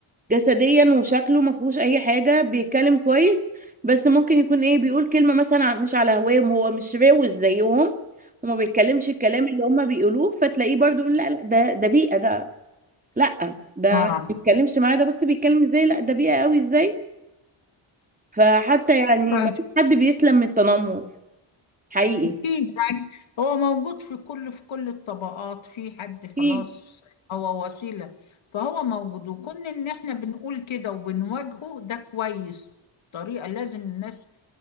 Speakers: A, on the right; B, on the left.
A: جسديا وشكله ما فيهوش اي حاجه بيتكلم كويس بس ممكن يكون ايه بيقول كلمه مثلا ع- مش على هواهم هو مش روش زيهم وما بيتكلمش الكلام اللي هما بيقولوه فتلاقيه برضو بيقول لا لا ده ده بيئه ده لا ده
B: اه
A: ما بيتكلمش معايا ده بص بيتكلم ازاي لا ده بيئة قوي ازاي فحتى يعني
B: اه
A: ما فيش حد بيسلم من التنمر حقيقي
B: في بالعكس هو موجود في كل في كل الطبقات في حد
A: اكيد
B: خلاص هو وسيلة فهو موجود وكون ان احنا بنقول كده وبنواجهه ده كويس طريقة لازم الناس